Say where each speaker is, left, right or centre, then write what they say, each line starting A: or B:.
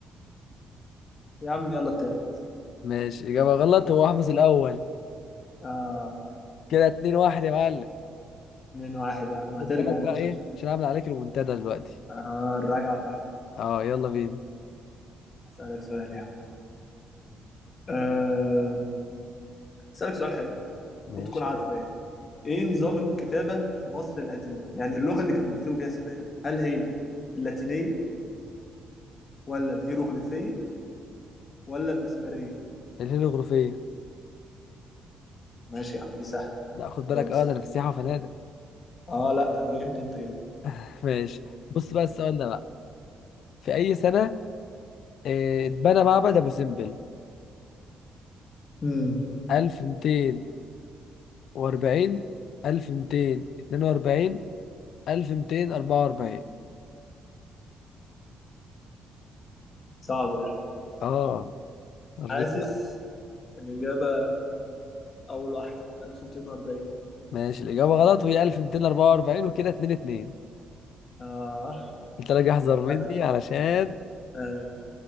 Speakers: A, on the left; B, on the left.
A: يا عم يلا التالت
B: ماشي إجابة غلط هو أحمس الأول
A: اه
B: كده اتنين واحد يا معلم
A: اتنين واحد يا عم هترجع
B: خد بالك بقى
A: انت شكلك
B: إيه عشان أعمل عليك المنتدى دلوقتي
A: اه الرجعه فجعه
B: آه يلا بينا
A: هسألك سؤال يا عم آه، هسألك سؤال حلو المفروض
B: ماشي
A: تكون عارفه يعني ايه نظام الكتابه في مصر القديمه يعني اللغه اللي كانوا بيكتبوا بيها اسمها ايه هل هي اللاتينيه ولا الهيروغليفيه ولا المسماريه
B: الهيل الغرفية
A: ماشي يا عم دي سهلة
B: لا خد بالك
A: خلاص
B: آه ده أنا في سياحة وفنادق
A: اه لا تعجبني انت كده
B: <laughs> ماشي بص بقى السؤال ده بقى في أي سنة آه، اتبنى معبد أبو سمبل
A: امم
B: 1200 وأربعين ألف ميتين اتنين وأربعين ألف ميتين أربعة وأربعين
A: صعب ده
B: اه وريني
A: حاسس
B: بقى
A: الإجابة أول واحدة 1240
B: ماشي الإجابة غلط وهي ألف ميتين أربعة وأربعين وكده اتنين اتنين
A: اه
B: قلت لك احذر
A: عملتها
B: مني علشان
A: آمين